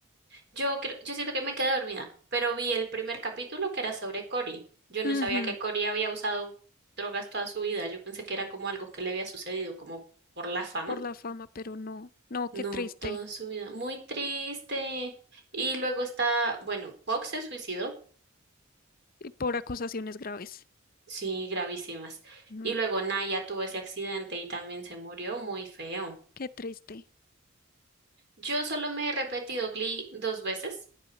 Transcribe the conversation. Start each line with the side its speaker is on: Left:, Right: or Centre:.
Right: Yo creo, yo siento que me quedé dormida, pero vi el primer capítulo que era sobre Cory. Yo
Left: <laughs>
Right: no
Left: Ujú,
Right: sabía que Cory había usado drogas toda su vida. Yo pensé que era como algo que le había sucedido, como por la fama.
Left: Por la fama, pero no, no,
Right: No,
Left: qué triste.
Right: toda su vida. Muy triste. Y luego está, bueno, Fox se suicidó,
Left: Y por acusaciones graves.
Right: sí, gravísimas.
Left: Ujú,
Right: Y luego Naya tuvo ese accidente y también se murió muy feo.
Left: Qué triste.
Right: Yo solo me he repetido Glee dos veces.